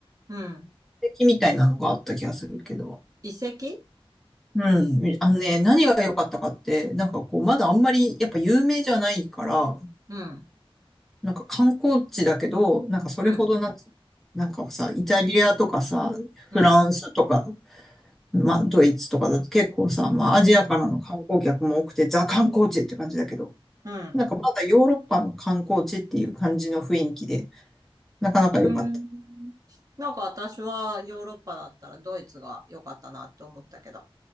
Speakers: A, on the right; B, in the centre.
A: うん。
B: 跡みたいなのがあった気がするけど。
A: 遺跡
B: うん。あのね、
A: うん、
B: 何が良かったかって、なんかこう、まだあんまり、やっぱ有名じゃないから、
A: うん、
B: なんか観光地だけど、なんかそれほどなんつ、
A: うん、
B: なんかさ、イタリアとかさ、
A: うん、
B: フランスとか、まあ、ドイツとかだと結構さ、まあ、アジアからの観光客も多くて、ザ観光地って感じだけど、
A: うん。
B: なんかまだヨーロッパの観光地っていう感じの雰囲気で、なかなか良かった。
A: うんなんか私はヨーロッパだったらドイツが良かったなって思ったけど。